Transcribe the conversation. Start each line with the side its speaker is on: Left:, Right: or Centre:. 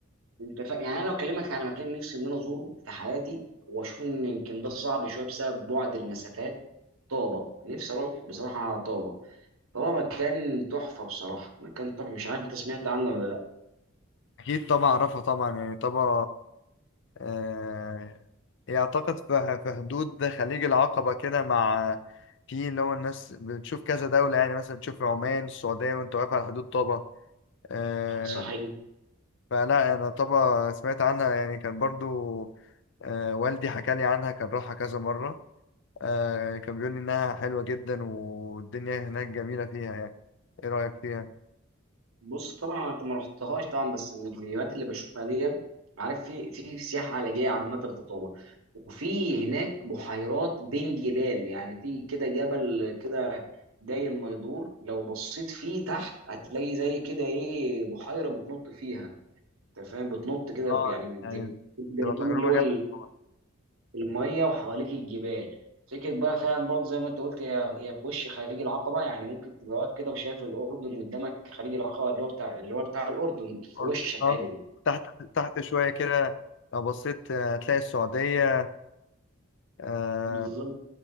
Right: انت فاهم يعني انا لو اكلمك على مكان نفسي ان انا ازوره في حياتي واشوف ان يمكن ده صعب شويه بسبب بعد المسافات طابة نفسي أروح بصراحة على طابة طابة مكان تحفة بصراحة مكان تحفة مش عارف أنت سمعت عنه ولا لأ
Left: اكيد طبعا اعرفها طبعا يعني طبعا آه هي اعتقد في في حدود خليج العقبة كده مع في اللي هو الناس بتشوف كذا دولة يعني مثلا تشوف عمان السعودية وانت واقف على حدود طابة آه
Right: صحيح
Left: فلا انا طبعا سمعت عنها يعني كان برضو آه والدي حكى لي عنها كان راحها كذا مرة آه كان بيقول لي إنها حلوة جدا والدنيا هناك جميلة فيها يعني إيه رأيك فيها؟
Right: بص طبعا أنا ما رحتهاش طبعا بس من الفيديوهات اللي بشوفها دي عارف في في سياحة علاجية عامة في طابة وفي هناك بحيرات بين جبال يعني في كده جبل كده داير ما يدور لو بصيت فيه تحت هتلاقي زي كده إيه بحيرة بتنط فيها أنت فاهم بتنط كده
Left: اه
Right: في- يعني بتبقى
Left: يعني
Right: الجمجمة
Left: تبقى تجربة
Right: اللي هو
Left: جامدة طبعاً.
Right: المية وحواليك الجبال فكرة بقى فعلا برضه زي ما انت قلت هي هي في وش خليج العقبة يعني ممكن تبقى واقف كده وشايف الأردن قدامك خليج العقبة اللي هو بتاع اللي هو بتاع الأردن في
Left: أرجو
Right: وشك
Left: اه
Right: عادي
Left: تحت تحت شوية كده لو بصيت آه، هتلاقي السعودية آه،
Right: بالظبط